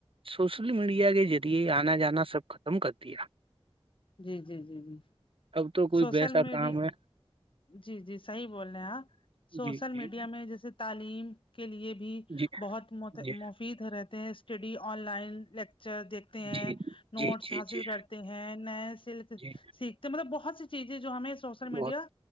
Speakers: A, on the right; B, on the left.
A: سوشل میڈیا کے ذریعے آنا جانا سب ختم کر دیا
B: جی جی جی جی
A: اب تو کوئی
B: سوشل
A: ویسا
B: میڈیا
A: کام ہے
B: جی جی صحیح بول رہے ہیں آپ
A: جی
B: سوشل
A: جی
B: میڈیا میں جیسے تعلیم کے لیے بھی
A: جی
B: بہت
A: جی
B: مفید رہتے ہیں اسٹڈی آن لائن لیکچر دیکھتے ہیں
A: جی جی
B: نوٹس حاصل
A: جی
B: کرتے ہیں ہے نئے سلک
A: جی
B: سک تو مطلب بہت سی چیزیں جو ہمیں سوشل
A: بہت
B: میڈیا